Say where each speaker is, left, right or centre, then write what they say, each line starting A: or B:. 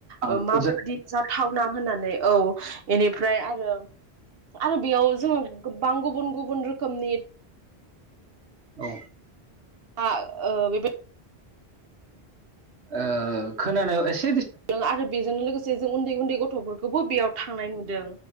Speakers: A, on the right; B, on the right.
A: ओं
B: ओ माबायदि
A: गोजान
B: जाथावना होननानै औ बेनिफ्राय आरो आरो बेयाव जोङो गोबां गुबुन गुबुन रोखोमनि
A: औ
B: आं ओ बेबाय
A: ओ खोनानायाव एस
B: आरो बेजों लोगोसे जों उन्दै उन्दै गथ फोरखौबो बेयाव थांनाय नुदों